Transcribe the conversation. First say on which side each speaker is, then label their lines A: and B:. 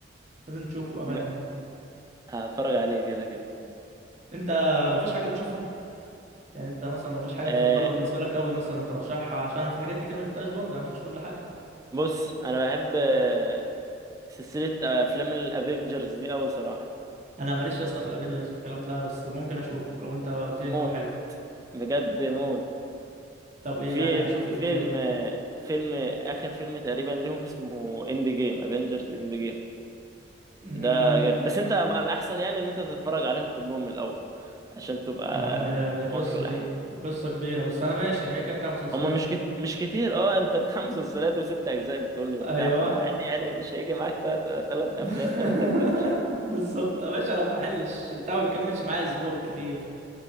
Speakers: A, on the right; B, on the right.
A: لازم تشوفه بامانه
B: يبقى
A: يعني
B: هتفرج عليه كده كده
A: انت ما فيش حاجه بتشوفها يعني انت مثلا ما فيش حاجه
B: آه
A: مفضله بالنسبه لك قوي مثلا ترشحها عشان في حاجات كتير ما شفتهاش برضه انا ما شفتش كل حاجه
B: بص انا بحب آه، سلسلة آه، افلام الافينجرز دي قوي صراحة
A: انا ماليش يا اسطى في الافينجرز والكلام ده بس ممكن اشوفه لو انت قلت لي ان
B: موت
A: هو حلو
B: بجد موت
A: طب ايه
B: في
A: يعني اشوف ايه فيهم
B: فيلم آه، فيلم اخر فيلم تقريبا ليهم اسمه اند جيم افينجرز اند جيم
A: امم
B: ده جامد بس انت الاحسن يعني ان انت تتفرج عليهم كلهم من الاول عشان تبقى
A: يا عم ده قصه
B: مواكب الاحداث
A: دي قصه كبيره بس انا ماشي يعني كده كده بتاع مسلسلات
B: هما مش كت... مش كتير اه انت بتاع <laughs> مسلسلات وست اجزاء بتقول لي وبتاع
A: ايوه
B: فعادي يعني مش هيجي معاك تلات تلات
A: <laughs>
B: افلام تلات اجزاء مش هي-
A: بالظبط يا باشا انا ما بحلش البتاع ما بيكملش معايا اسبوع بالكتير